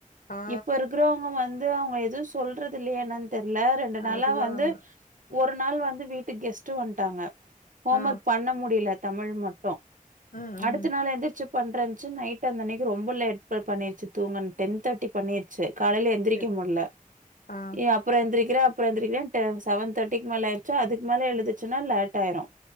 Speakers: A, on the left; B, on the right.
A: ஆ
B: இப்ப இருக்கிறவங்க வந் வந்து அவங்க எது சொல்றது இல்லையா என்னன்னு தெரியல ரெண்டு நாளா
A: அதுதான்
B: வந்து ஒரு நாள் வந்து வீட்டுக்கு கெஸ்ட்டு வந்துட்டாங்க ஹோம்
A: ஆ
B: ஒர்க் பண்ண முடியல தமிழ் மட்டு
A: ம்
B: அடுத்த
A: ம்
B: நாள் எந்து பண்றனுச்சு நைட் அந்தன்னிக்கு ரொம்ப லேட் பண்ணிருச்சு தூங்க டென் தேர்டி பண்ணிருச்சு காலையில எந்திரிக்க
A: சரி
B: முடில
A: ஆ
B: எ அப் அப்புறோ எந்திரிக்கிறே அப்றோ எந்திரிக்கிறேன்டு செவன்ர்டிக்கு மேல ஆயிரிச்சா அதுக்கு மேல எழுதுச்சுன்னா லேட் ஆயிரு